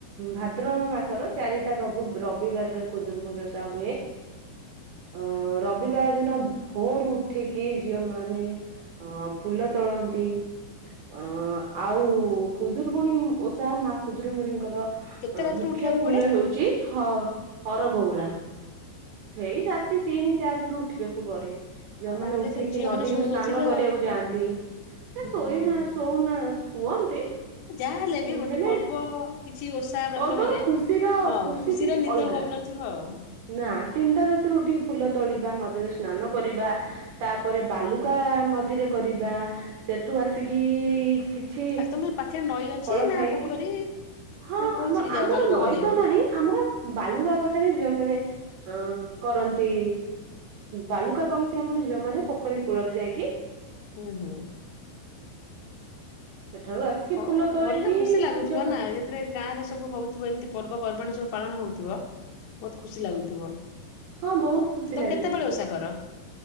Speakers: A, on the right (about 80°); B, on the left (about 80°).
A: ଭାଦ୍ରବ ମାସର ଚାରିଟା ରବ ରବିବାରରେ କୁଦୁରୁକୁ ଓଷା ହୁଏ ଅ ରବିବାର ଦିନ ଭୋର ଉଠିକି ଝିଅ ମାନେ ଅ ଫୁଲ ତୋଳନ୍ତି ଅ ଆଉ ଖୁଦୁରୁଗୁଣୀ ଓଷା ମା ଖୁଦୁରୁଗୁଣୀଙ୍କର ଅ
B: କେତେ ରାତିରୁ
A: ମୁଖ୍ୟ
B: ଉଠିବାକୁ
A: ଫୁଲ
B: ପଡେ?
A: ହଉଛି ହ ହର ବହୁତ ରା ସେଇ ରାତି ତିନି ଚାରି ରୁ ଉଠିବାକୁ ବଢେ। ଯୋଉମାନେ
B: ଆଉ ରାତିରେ
A: ଉଠିକି
B: ସବୁ ଝିଅ
A: ନଦୀକୁ
B: ମାନେ ଶୋଉନଥିବେ
A: ସ୍ନାନ କରିବାକୁ
B: ଆଉ।
A: ଯାଆନ୍ତି ନା
B: ହୁଁ
A: ଶୋଇନା
B: ହୁଁ।
A: ଶଉନା ଶୁଅନ୍ତି
B: ଯାହା ବି ଗୋଟେ
A: ହେଲେ
B: ପର୍ବ କିଛି ଓଷା ବ୍ରତ
A: ପର୍ବର
B: ହେଲେ
A: ଖୁସିର
B: ହଁ
A: ଖୁସି
B: ଖୁସିରେ
A: ଟିକେ
B: ନିଦ
A: ଅଲଗା।
B: ହଉନଥିବ ଆଉ।
A: ନା ତିନିଟା ରାତି ରୁଟି ଫୁଲ ତୋଳିବା ନଦୀରେ ସ୍ନାନ କରିବା ତାପରେ ବାଲୁକା ନଦୀରେ କରିବା ସେଠୁ ଆସିକି କିଛି
B: ଆଉ ତମ ପାଖରେ ନଈ ଅଛି
A: ଫଳ
B: ନା
A: ଖାଇକି
B: ପୋଖରୀ
A: ହଁ
B: ନା କୋଉଥିକି
A: ଆମ
B: ଯାଅ
A: ଆମର
B: ବାଲୁକା
A: ନଈତ
B: କରିବାକୁ?
A: ନାହିଁ ଆମର ବାଲୁଗ ପାଖ ଝିଅ ମାନ ଅ କରନ୍ତି ବାଲୁକା କରନ୍ତି ଆମର ଝିଅ ମାନେ ପୋଖରୀ କୂଳରେ ଯାଇକି।
B: ହୁଁ ହୁଁ।
A: ସେଠାରୁ ଆସିକି
B: ହଉ
A: ଫୁଲ ତୋଳିକି
B: ଭଲ ନା ଖୁସି ଲାଗୁଥିବ
A: ପୂଜା ପାଠ
B: ନା ଯେଥିବେ ଗାଁରେ ସବୁ ହଉଥିବ ଏମିତି ପର୍ବପର୍ବାଣି ଯୋଉ ପାଳନ ହଉଥିବ ବହୁତ ଖୁସି ଲାଗୁଥିବ।
A: ହଁ ବହୁତ ଖୁସି
B: ତ
A: ଲାଗେ।
B: କେତେ ପାଳି ଓଷା କର